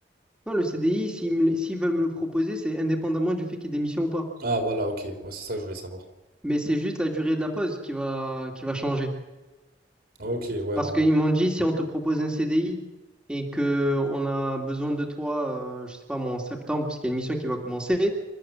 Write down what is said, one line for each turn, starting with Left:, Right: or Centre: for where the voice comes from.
Centre: Non, le CDI, s'ils me- s'ils veulent me le proposer, c'est indépendamment du fait qu'il y ait des missions ou pas.
Right: Ah voilà, ok. Ouais, c'est ça que je voulais savoir.
Centre: Mais c'est juste la durée de la pause qui va, qui va changer.
Right: Ah, ok, ouais,
Centre: Parce
Right: normal.
Centre: qu'ils m'ont dit, si on te propose un CDI et que on a besoin de toi, euh, je sais pas moi, en septembre, parce qu'il y a une mission qui va commencer,